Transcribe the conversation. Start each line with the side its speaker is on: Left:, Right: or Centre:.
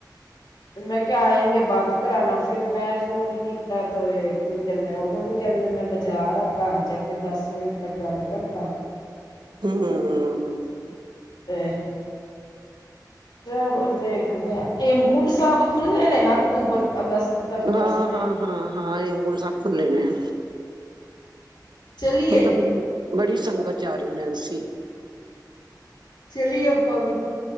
Left: <inaudible> ਮੈਂ ਕਿਹਾ ਆਏਂਗੇ ਬਾਤ ਕਰਾਨਾ। ਫਿਰ ''ਮੈਂ ਫੋਨ ਕੀਤਾ ਤ ਏ, ਕੀ ਕਹਿੰਦੇ ਨੇ, ਉਦੋਂ ਵੀ ਕਹਿੰਦੇ ਮੈਂ ਬਾਜ਼ਾਰ ਆਂ, ਘਰ ਜਾਕੇ ਦਸ-ਮਿੰਟ ਤੱਕ ਗੱਲ ਕਰਦਾ।
Right: ਹੂੰ, ਹੂੰ
Left: ਤੇ, ਚਲੋ ਦੇਖਦੇ ਆਂ। ਹੇਮਕੁੰਡ ਸਾਹਿਬ ਖੁੱਲ੍ਹੇ ਨੇ ਨਾ, ਅਕਤੂਬਰ, ਅਗਸਤ? ਤੱਕ
Right: ਹਾਂ-ਹਾਂ-ਹਾਂ-ਹਾਂ,
Left: ਰਸਤੇ।
Right: ਹੇਮਕੁੰਟ ਸਾਹਿਬ ਖੁੱਲ੍ਹੇ ਨੇ।
Left: ਚਲੀਏ
Right: ਹੁਣ ਤਾਂ ਬੜੀ, ਬੜੀ ਸੰਗਤ ਜਾ ਰਹੀ, ਨੈਨਸੀ।
Left: ਚਲੀਏ ਆਪਾ ਵੀ।